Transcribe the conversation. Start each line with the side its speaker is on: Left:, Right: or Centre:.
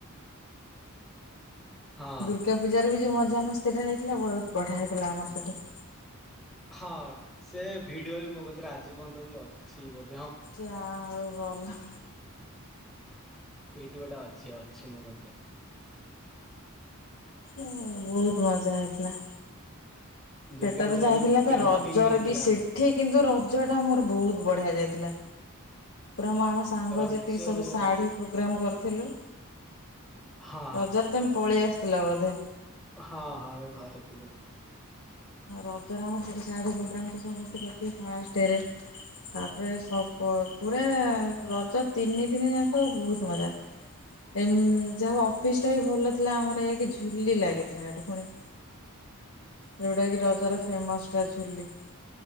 Centre: ହଁ
Left: ଦୁର୍ଗା ପୂଜାରେ ବି ଯୋଉ ମଜା ମସ୍ତିଟା ହେଇଥିଲା ବହୁତ ବଢିଆ ହେଇଥିଲା ଆମର ସେଠି।
Centre: ହଁ ସେ ଭିଡିଓ ବି ମୋ କତିରେ ଆଜି ପର୍ଯ୍ୟନ୍ତ ବି ଅଛି ବ
Left: ଯାହା ହଉ ଭଲ।
Centre: ଭିଡିଓ ଟା ଅଛି-ଅଛି ମୋ କତିରେ।
Left: ଓ ବହୁତୁ ମଜା ହେଇଥିଲା।
Centre: ଦୁର୍ଗା
Left: ସେଟା
Centre: ପୂଜାରେ
Left: ତ ଯାଇହେଇଥିଲା
Centre: ଆମ ଯୋଉ
Left: ତା
Centre: ପେଣ୍ଟିଂ
Left: ରଜରେ
Centre: ହେଇଥିଲା
Left: ବି ସେ ଠି କିନ୍ତୁ ରଜ ଟା ମୋର ବହୁତ୍ ବଢିଆ ଯାଇଥିଲା ପୁରା <unintelligible> ସାଙ୍ଗ
Centre: ରଜରେ
Left: ଯେତିକି ସବୁ ଶାଢ଼ୀ ପୋଗ୍ରାମ୍ କରିଥିଲୁ।
Centre: ହଁ
Left: ରଜରେ ତମେ ପଳେଇ ଆସିଥିଲ ବୋଧେ?
Centre: ହଁ-ହଁ ଆମେ ଘରେ ଥିଲୁ।
Left: ରଜରେ ଆମର ସେଠି ଶାଢୀ ପୋଗ୍ରାମ୍ ତ ସମସ୍ତେ କରିଥିବେ ଫାଷ୍ଟ ରେ ତାପରେ ସବ ପୁରା ରଜ ତିନି ଦିନ ଯାକ ବହୁତ ମଜା। ଏ ଯାହା ଅଫିସ୍ ଟା ବି ଭଲ ଥିଲା ଆମର ଏକ୍ ଝୁଲି ଲାଗିଥିଲା ଏଠି ପୁଣି ଯୋଉଟା କି ରଜର ଫେମସ୍ ଟା ଝୁଲି।